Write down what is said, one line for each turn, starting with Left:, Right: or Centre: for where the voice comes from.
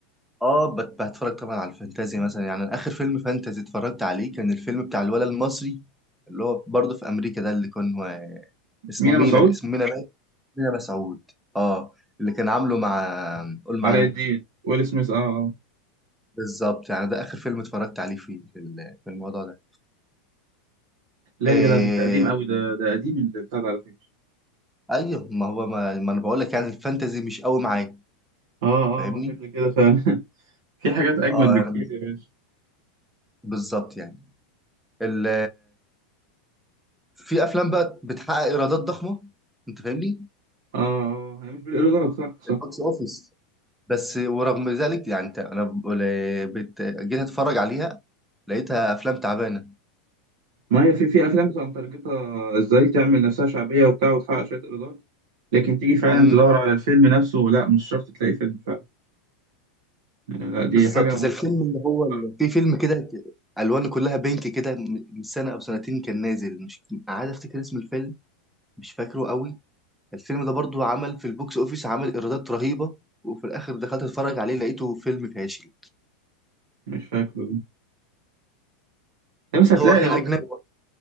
Centre: اه بت- بتفرج طبعا على الفانتازي مثلا يعني أنا اخر فيلم فانتازي اتفرجت عليه كان الفيلم بتاع الولد المصري اللي هو برضه في امريكا ده اللي كان هو اسمه
Right: مينا
Centre: مينا
Right: مسعود؟
Centre: اسمه مينا بقى مينا مسعود اه اللي كان عامله مع قول معايا
Right: علاء الدين ويل سميث اه آه.
Centre: بالظبط يعني ده اخر فيلم اتفرجت عليه فيه في ال- في الموضوع ده
Right: لا
Centre: إيه
Right: يا جدع ده قديم قوي ده ده قديم اللي بتاع ده على فكرة
Centre: ايوه ما هو ما, ما انا بقول لك يعني الفانتازي مش قوي معايا
Right: اه اه
Centre: فاهمني
Right: آه، شكل كده فعلا <laughs> في حاجات اجمد
Centre: اه
Right: بكتير يا باشا
Centre: بالظبط يعني ال في افلام بقى بتحقق ايرادات ضخمه انت فاهمني
Right: اه اه هي مش بالايرادات صح صح
Centre: البوكس اوفيس بس ورغم ذلك يعني انت انا بقول- بت- جيت اتفرج عليها لقيتها افلام تعبانه
Right: ما هي في في افلام بتبقى مترجطه ازاي تعمل نفسها شعبيه وبتاع وتحقق شويه ايرادات لكن تيجي فعلا
Centre: امم
Right: تدور على الفيلم نفسه لا مش شرط تلاقي فيلم فعلا يعني لا دي
Centre: بالظبط
Right: حاجة
Centre: زي الفيلم اللي
Right: مفكرة
Centre: هو اللي في فيلم كده الوانه كلها بينك كده من سنه او سنتين كان نازل مش عايز افتكر اسم الفيلم مش فاكره قوي الفيلم ده برضو عمل في البوكس اوفيس عمل ايرادات رهيبه وفي الاخر دخلت اتفرج عليه لقيته فيلم فاشل
Right: مش فاكره لا بس هتلاقي
Centre: هو كان اجنبي